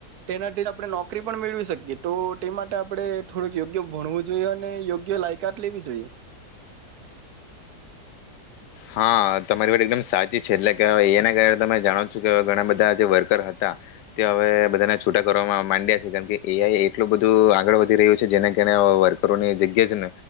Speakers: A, on the right; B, on the left.
A: તેનાથી આપણે નોકરી પણ મેળવી શકીએ તો તે માટે આપણે થોડક યોગ્ય ભણવું જોઈએ અને યોગ્ય લાયકાત લેવી જોઈએ.
B: હા તમારી વાત એકદમ સાચી છે એટલે કે એઆઈ ના કારણે તમે જાણો છો કે ઘણા બધા જે વર્કર હતા તે હવે બધાને છૂટા કરવાવામાં માંડ્યા છે કેમ કે એઆઈ એટલું બધું આગળ વધી રહ્યું છે જેના કારણે વર્કરોની જગ્યા જ ન